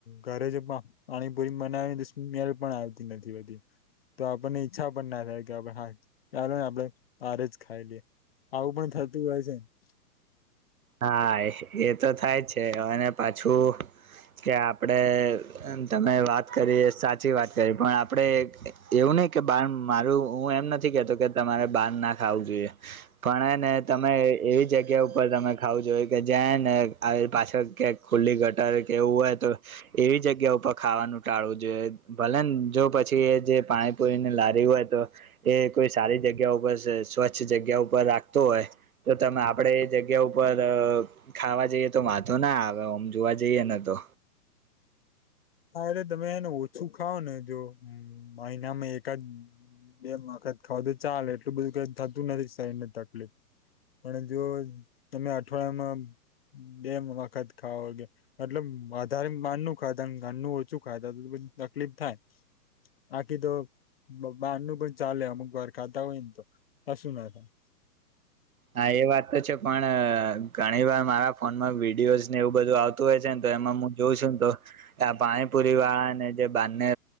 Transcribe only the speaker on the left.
ઘરે જે પાણીપુરી બનાવીએ તે સ્મેલ પણ આવતી નથી હોતી. તો આપણને ઈચ્છા પણ ના થાય કે આપડે હા ચાલ ને આપણે બારે જ ખાઈ લઈએ. આવું પણ થતું હોય છે ને
હા અરે તમે એને ઓછું ખાવ ને જો મહિનામાં એકાદ બે વખત ખાવ તો ચાલે એટલું બધું કઈ થતું નથી શરીર ને તકલીફ પણ જો તમે અઠવાડિયામાં બે વખત ખાવ મતલબ વધારે માન નનું ખાત. ઘરનું ઓછું ખાય તો તકલીફ થાય. બાકી તો બ બહાર નું પણ ચાલે અમુક વાર ખાતા હોય ને તો કશું ના થાય.